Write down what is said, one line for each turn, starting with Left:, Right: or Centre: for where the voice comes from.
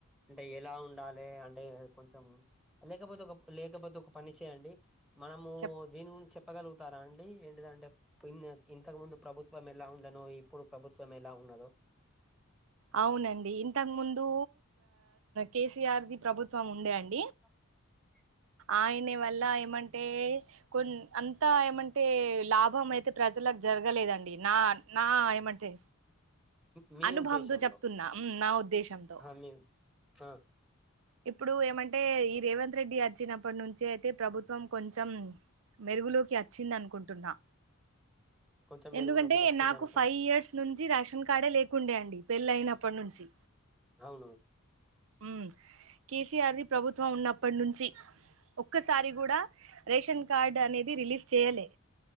Centre: అంటే ఎలా ఉండాలి అంటే కొంచెం లేకపోతే ఒక లేకపోతే ఒక పని చేయండి మనము
Right: చెప్
Centre: దీని గురించి చెప్పగలుగుతారా అండి ఏంటిదంటే పిన్ ఇంతకు ముందు ప్రభుత్వం ఎలా ఉండనో ఇప్పుడు ప్రభుత్వం ఎలా ఉన్నదో
Right: అవునండి ఇంతకు ముందు కే. సీ. ఆర్. ది ప్రభుత్వం ఉండే అండి
Centre: ఓకే
Right: ఆయన వల్ల ఏమంటే కొన్ అంతా ఏమంటే లాభం అయితే ప్రజలకు జరగలేదండి నా నా ఏమంటే
Centre: మీ
Right: అనుభవంతో
Centre: ఉద్దేశంలో
Right: చెప్తున్నా ఉమ్, నా ఉద్దేశంతో
Centre: ఆ మీ ఆ
Right: ఇప్పుడు ఏమంటే ఈ రేవంత్ రెడ్డి వచ్చినప్పటి నుంచి అయితే ప్రభుత్వం కొంచెం మెరుగులోకి వచ్చింది అనుకుంటున్నా
Centre: కొంచెం మెరుగులోకి
Right: ఎందుకంటే
Centre: వచ్చిందనుకో
Right: నాకు ఫైవ్ ఇయర్స్ నుంచి రేషన్ కార్డే లేకుండే అండి పెళ్ళయినప్పటి నుంచి
Centre: అవును
Right: మ్మ్ కే. సీ. ఆర్. ది ప్రభుత్వం ఉన్నప్పటి నుంచి ఒక్ ఒక్కసారి కూడా రేషన్ కార్డ్ అనేది రిలీజ్ చేయలే